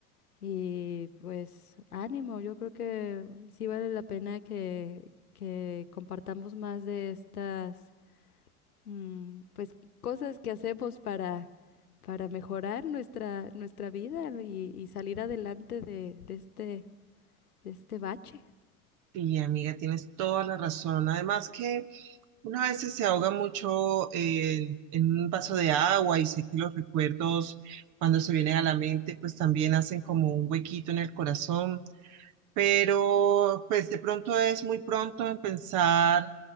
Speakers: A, on the left; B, on the right.
A: y pues ánimo, yo creo que sí vale la pena que, que compartamos más de estas mm, pues cosas que hacemos para, para mejorar nuestra, nuestra vida y, y salir adelante de, de este, de este bache.
B: Y amiga, tienes toda la razón. Además que Uno a veces se ahoga mucho en, en un vaso de agua y sé que los recuerdos cuando se vienen a la mente pues también hacen como un huequito en el corazón pero pues de pronto es muy pronto en pensar